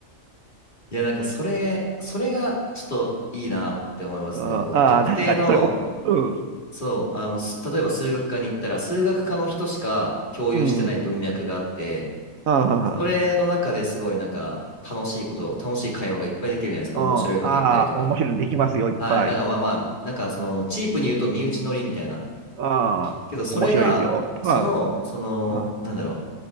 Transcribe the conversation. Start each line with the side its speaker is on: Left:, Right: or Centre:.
Left: いや、なんかそれ、それがちょっといいなって思いますね。
Right: うん、
Left: こう、
Right: ああ、
Left: 特定の、
Right: 確かに。それ、おうん、
Left: そう、あの、す例えば数学科に行ったら、数学科の人しか共有してない文脈があって、
Right: うん。あ
Left: それの中ですごいなんか楽しいこと、楽しい会話がいっぱいできるじゃないですか。
Right: あ、
Left: 面白いこと言ったりとか。
Right: ああ、面白いのできますよ、いっぱい。
Left: はい。なんかまあまあ、なんかその、チープに言うと身内乗りみたいな。
Right: ああ、
Left: けど、それが、
Right: 面白いですよ。
Left: その、
Right: あ
Left: その、
Right: あ、
Left: なんだろ